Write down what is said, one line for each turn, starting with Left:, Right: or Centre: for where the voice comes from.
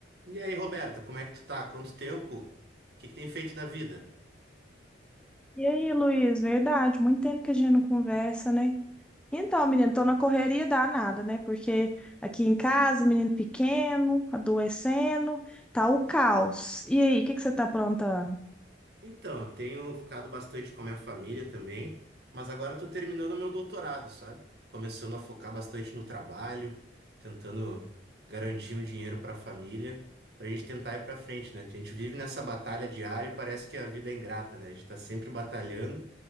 Right: E aí, Roberta, como é que tu tá? Quanto tempo? O que que tem feito da vida?
Centre: E aí, Luiz, verdade, muito tempo que a gente não conversa, né? Então, menino, tô na correria danada, né? Porque aqui em casa, menino pequeno, adoecendo, tá o caos. E aí, o que que você tá aprontando?
Right: Então, eu tenho ficado bastante com a minha família também, mas agora eu tô terminando o meu doutorado, sabe? Começando a focar bastante no trabalho, tentando garantir um dinheiro pra família, pra gente tentar ir pra frente, né? Que a gente vive nessa batalha diária e parece que a vida é ingrata, né? A gente tá sempre batalhando